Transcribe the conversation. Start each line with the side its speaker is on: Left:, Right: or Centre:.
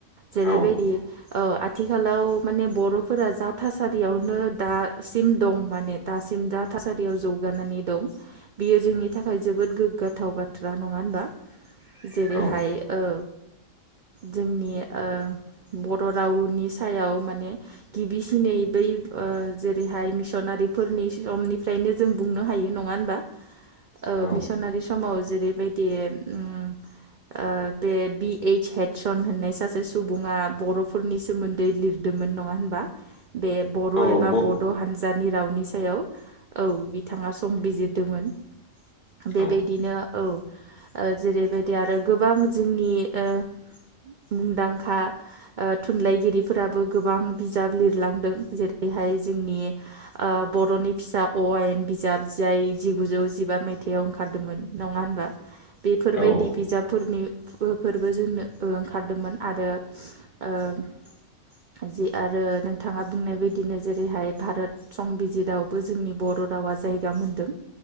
Right: जेरैबायदि
Left: औ
Right: औ आथिखालाव माने बर'फोरा जा थासारियावनो दासिम दं माने दासिम जा थासारियाव जौगानानै दं बियो जोंनि थाखाय जोबोद गोग्गाथाव बाथ्रा नङा होनबा? जेरैहाय
Left: औ
Right: ओ जोंनि ओ बर' रावनि सायाव माने गिबिसिनै बै ओ जेरैहाय मिसनारि बेफोरनि समनिफ्रायनो जों बुंनो हायो नङा होमबा? ओ
Left: औ
Right: मिसनारि समाव जेरैबायदि ओ ओ बे बि स हेदसन होननाय सासे सुबुङा बर'फोरनि सोमोन्दै लिरदोंमोन नङा होनबा? बे बर'
Left: औ
Right: एबा
Left: ब
Right: बड' हानजानि नि रावनि सायाव औ बिथाङा संबिजिरदोंमोन बेबायदिनो
Left: औ
Right: औ ओ जेरैबायदि आरो गोबां जोंनि ओ मुंदांखा ओ थुनलाइगिरिफोराबो गोबां बिजाब लिरलांदों जेरैहाय जोंनि ओ बर'नि फिसा अ आयेन बिजाब जाय जिगुजौ जिबा मायथाइाव ओंखारदोंमोन नङा होनबा? बेफोरबायदि
Left: औ
Right: बिजाबफोरनि फोरबो जोंनो ओंखारदोंमोन आरो ओ जि आरो नोंथाङा बुंनाय बायदिनो जेरैहाय भारत संबिजितआवबो जोंनि बर' रवा जायगा मोन्दों।